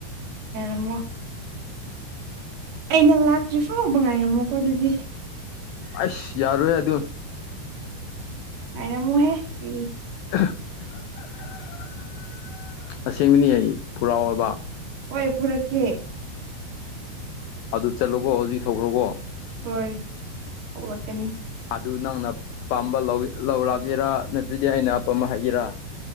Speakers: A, on the right; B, on the left.
A: ꯑꯃ ꯑꯩ ꯅꯪ ꯂꯥꯛꯇ꯭ꯔꯤ ꯐꯥꯎꯕ ꯉꯥꯏꯔꯝꯃꯣꯀꯣ ꯑꯗꯨꯗꯤ
B: ꯑꯁ ꯌꯥꯔꯣꯏꯦ ꯑꯗꯨ
A: ꯀꯥꯏꯅ ꯃꯨꯍꯦ ꯀ
B: <inaudible> ꯑꯁꯦꯡꯕꯅꯤ ꯑꯩ ꯄꯨꯔꯥ ꯑꯣꯏꯕ
A: ꯀꯣꯏ ꯄꯨꯔꯛꯀꯦ
B: ꯑꯗꯨ ꯆꯠꯂꯨꯀꯣ ꯍꯧꯖꯤꯛ ꯊꯣꯛꯈ꯭ꯔꯣꯀꯣ
A: ꯍꯣꯏ ꯄꯣꯛꯂꯛꯀꯅꯤ
B: ꯑꯗꯨ ꯅꯪꯅ ꯑ ꯄꯥꯝꯕ ꯂꯧꯔꯛꯒꯦꯔꯥ ꯅꯠꯇ꯭ꯔꯗꯤ ꯑꯩꯅ ꯑꯄꯥꯝꯕ ꯍꯩꯒꯦꯔꯥ